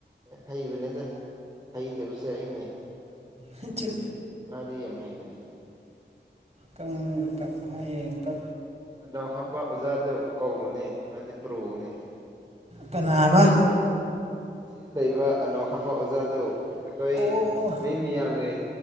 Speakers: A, on the right; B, on the right.
A: ꯍꯩꯕꯅꯤꯗ ꯍꯩꯇꯕꯁꯦ ꯑꯩꯅꯦ
B: ꯍꯩꯆꯦ
A: ꯑꯗꯤꯌꯦꯦꯝ ꯍꯥꯏꯩꯕꯅꯦ
B: ꯀꯀ ꯍꯌꯦꯡ ꯀ
A: ꯑꯅꯧ ꯍꯥꯞꯄ ꯑꯣꯖꯥꯗꯨ ꯀꯧꯔꯨꯅꯦ ꯃꯥꯗꯤ ꯄꯨ꯭ꯔꯨꯅꯦ
B: ꯀꯅ ꯑꯕ
A: ꯑꯁꯤ ꯂꯩꯕ ꯑꯅꯧ ꯍꯥꯞꯄ ꯑꯣꯖꯥꯗꯨ ꯑꯩꯈꯣꯏ
B: ꯑꯣ
A: ꯃꯤ ꯃꯤꯌꯥꯝꯒꯤ